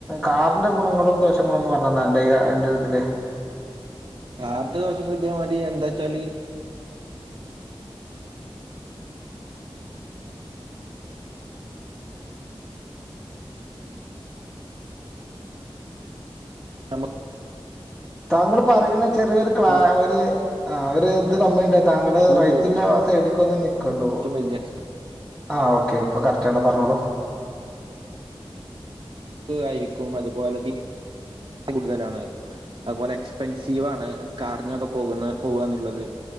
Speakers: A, in the centre; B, on the right.
A: കാറിന്റെ ഗുണങ്ങളും <unintelligible> പറഞ്ഞന്നാ എന്റെ എൻ്റെ ഇതില്
B: <unintelligible> ഇതേമാതിരി എന്താന്ന് വെച്ചാല് നമ
A: താങ്കൾ പറയുന്ന ചെറിയൊരു
B: എക്സ്പെൻസീവ്
A: ക്ലാ ഒരു ആ ഒരു ഇത് കമ്മിണ്ടായി താങ്കൾടെ റെയ്ഞ്ചൊള്ള
B: കൂടും
A: സൈടിലേക്ക് ഒന്ന് നിൽക്കണ്ടോ
B: ഏറ്റവും വലിയ എക്സ്പെൻസീവ്
A: ആ ഓക്കെ ഇപ്പൊ കറക്റ്റാണ് പറഞ്ഞോളൂ
B: ആയിരിക്കും അതുപോലെ കൂടുതലാണ് അതുപോലെ എക്സ്പെൻസീവാണ് കാറിനൊക്കെ പോകുന്ന പോവാന്നുള്ളത്